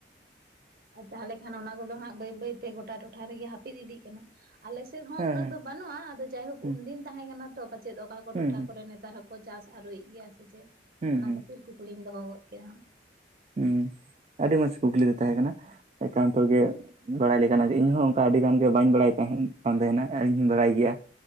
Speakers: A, on the right; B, on the right.
A: ᱟᱨ ᱛᱟᱦᱞᱮ ᱠᱷᱟᱱ ᱚᱱᱟ ᱠᱚᱫᱚ ᱦᱟᱸᱜ ᱵᱟᱹᱭ ᱵᱟᱹᱭ ᱛᱮ ᱜᱚᱴᱟ ᱴᱚᱴᱷᱟ ᱨᱮᱜᱮ ᱦᱟᱹᱯᱤᱫ ᱤᱫᱤᱜ ᱠᱟᱱᱟ ᱟᱞᱮ ᱥᱮ ᱪᱮᱫ ᱦᱚᱸ
B: ᱦᱮᱸ
A: ᱩᱱᱟᱹᱜ
B: ᱦᱮᱸ
A: ᱫᱚ ᱵᱟᱹᱱᱩᱜᱼᱟ ᱟᱫᱚ ᱡᱟᱭᱦᱳᱠ
B: ᱦᱩᱸ
A: ᱩᱱᱫᱤᱱ ᱛᱟᱦᱮᱸ ᱠᱟᱱᱟ ᱛᱚ ᱯᱟᱪᱮᱫ ᱚᱠᱟ ᱠᱚ
B: ᱦᱩᱸ
A: ᱴᱚᱴᱷᱟ
B: ᱦᱩᱸ
A: ᱠᱚᱨᱮ ᱱᱮᱛᱟᱨ ᱦᱚᱸ ᱠᱚ ᱪᱟᱥ ᱟᱹᱨᱩᱭᱮᱫ ᱜᱮᱭᱟ ᱥᱮ ᱪᱮᱫ
B: ᱦᱩᱸ
A: ᱚᱱᱟ
B: ᱦᱩᱸ
A: ᱠᱷᱟᱹᱛᱤᱨ ᱠᱩᱠᱞᱤᱧ ᱫᱚᱦᱚ ᱜᱚᱫ ᱠᱮᱫᱟ
B: ᱦᱩᱸ ᱟᱹᱰᱤ ᱢᱚᱸᱡᱽ ᱠᱩᱠᱞᱤ ᱫᱚ ᱛᱟᱦᱮᱸ ᱠᱟᱱᱟ ᱮᱠᱟᱱᱛᱚ ᱜᱮ ᱵᱟᱲᱟᱭ ᱞᱮᱠᱟᱱᱟᱜ ᱜᱮ ᱤᱧᱦᱚᱸ ᱚᱱᱠᱟ ᱟᱹᱰᱤ ᱜᱟᱱ ᱜᱮ ᱵᱟᱹᱧ ᱵᱟᱲᱟᱭ ᱠᱟᱱ ᱛᱟᱦᱮᱱᱟ ᱤᱧ ᱦᱚᱸᱧ ᱵᱟᱲᱟᱭ ᱜᱮᱭᱟ